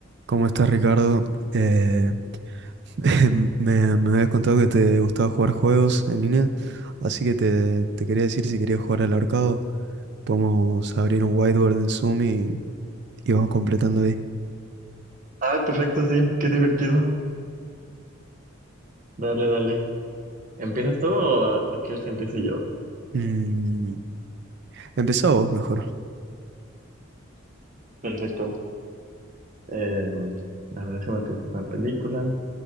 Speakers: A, on the right; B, on the right.
A: ¿Cómo estás, Ricardo? Eh, <laughs> me, me habías contado que te gustaba jugar juegos en línea, así que te, te quería decir si querías jugar al ahorcado. Podemos abrir un whiteboard en Zoom y, y vamos completando ahí.
B: Ah, perfecto, sí, qué divertido. Dale, dale. ¿Empiezas tú o o quieres que empiece yo?
A: Mm, empezá vos, mejor.
B: Perfecto. Eh, a ver, déjame pensar una película